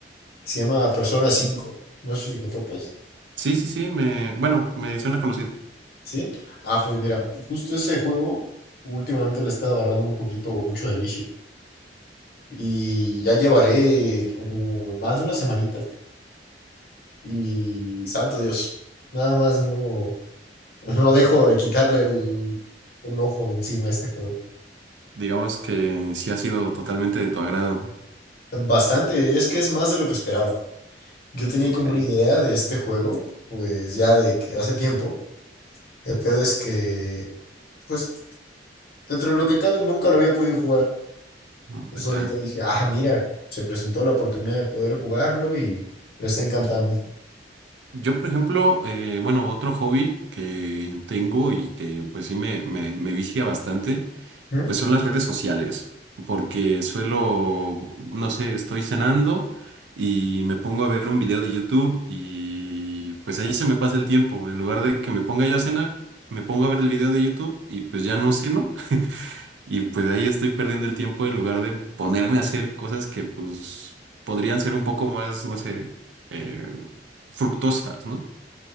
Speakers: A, on the left; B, on the right.
A: que se llama Persona cinco No sé si lo topes,
B: Sí, sí, sí, me, bueno, me suena conocido.
A: ¿sí? Ah, pues mira, justo ese juego últimamente le está agarrando un poquito mucho de vicio. Y ya llevaré como más de una semanita. Y santo Dios, nada más no, no dejo de quitarle el, el ojo de encima a este juego.
B: Digamos que sí ha sido totalmente de tu agrado.
A: Bastante, es que es más de lo que esperaba. Yo tenía
B: Ok,
A: como una idea de este juego, pues ya de que hace tiempo. El pedo es que, pues, dentro de lo que cabe, nunca lo había podido jugar.
B: no,
A: Entonces
B: pues
A: ahorita
B: ya.
A: dije, ah, mira, se presentó la oportunidad de poder jugarlo y me está encantando.
B: Yo, por ejemplo, eh, bueno, otro hobby que tengo y que pues sí me, me, me vicia bastante
A: ¿Mm?
B: Pues son las redes sociales, porque suelo, no sé, estoy cenando y me pongo a ver un video de YouTube y pues ahí se me pasa el tiempo. En lugar de que me ponga yo a cenar, me pongo a ver el video de YouTube y pues ya no ceno <laughs> y pues ahí estoy perdiendo el tiempo en lugar de ponerme a hacer cosas que pues podrían ser un poco más, no sé, eh, fructosas, ¿no?